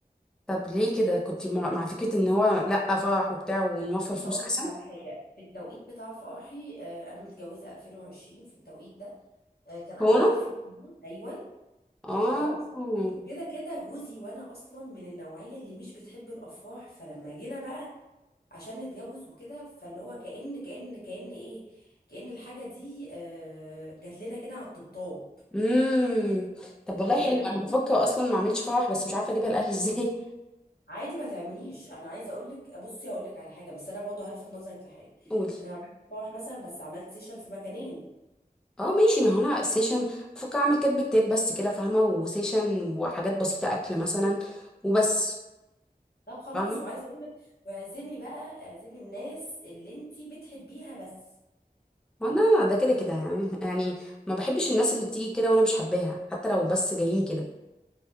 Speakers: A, in the centre; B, on the left (about 80°).
A: طب ليه كده كنت مع, مع فكره ان هو لا فرح وبتاع ونوفر فلوس
B: هقول
A: احسن
B: لك على حاجه في التوقيت بتاع فرحي آه، انا متجوزه 2020 في التوقيت ده آه، كان اولا
A: هو انا
B: في كورونا. ايوه
A: اه
B: خلاص وكده كده جوزي وانا اصلا من النوعيه اللي مش بتحب الافراح فلما جينا بقى عشان نتجوز وكده فاللي هو كأن كأن كأن ايه كأن الحاجة دي آه، جات لنا كده على الطبطاب
A: امم طب والله
B: فبقينا
A: حلو
B: نقول
A: انا بفكر اصلا ما اعملش فرح بس مش عارفه اجيبها لاهلي <laughs> ازاي
B: عادي ما تعمليش انا عايزه اقول لك بصي اقول لك على حاجه بس انا برضه هلفت نظرك لحاجه
A: قولي
B: انا ما عملتش فرح مثلا بس عملت سيشن في مكانين
A: اه ماشي ما هو انا سيشن بفكر اعمل كاتب كتاب بس كده فاهمه وسيشن وحاجات بسيطه اكل مثلا وبس
B: طب خلاص
A: فاهمه
B: وعايزه اقول لك واعزمي بقى اعزمي الناس اللي انت بتحبيها بس
A: ما لا لا ده كده كده يعني يعني ما بحبش الناس اللي بتيجي كده وانا مش حباها حتى لو بس جايين كده